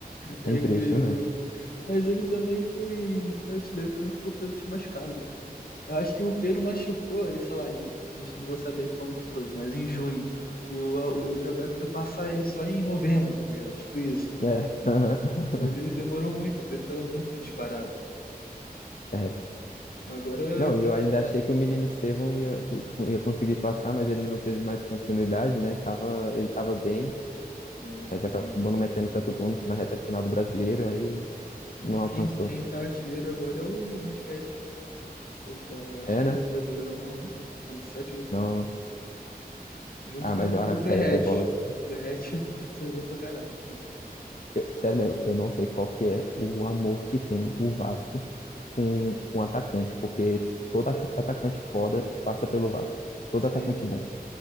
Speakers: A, on the left (about 65°); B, on the left (about 50°).
A: é
B: É impressionante.
A: é incrível mesmo. Mas ele também foi, foi artilheiro também porque o Pedro tinha machucado, né? Eu acho que o Pedro machucou, aí, sei lá, em, não não vou saber quando que foi, mas em junho. E o, o Yuri Alberto foi passar ele só em novembro, tá ligado? Tipo isso.
B: É, aham. <laughs>
A: Ele demorou muito, o Pedro tava muito disparado.
B: É,
A: Agora
B: Não,
A: quem,
B: e eu ainda achei que o menino Estevão ia, pu- ia conseguir passar, mas ele não teve mais continuidade, né? Tava, ele tava bem,
A: ah,
B: mas
A: assim,
B: acabou não metendo tanto gol no- na reta final do Brasileiro, aí não
A: é quem,
B: alcançou.
A: quem tá artilheiro agora é o Rascaeta. Ele tá artilheiro
B: É, né?
A: do Brasileirão, aham, com sete gols.
B: Nossa.
A: Junto
B: Ah,
A: com
B: mas
A: o
B: o Arrascaeta
A: Verratti.
B: é bola de...
A: O Verratti <laughs> tá fazendo gol pra caraca.
B: eu- sério mesmo, eu não sei qual que é o amor que tem o Vasco com um atacante, porque todo aca- atacante foda passa pelo Vasco. Todo
A: Sim,
B: atacante bom.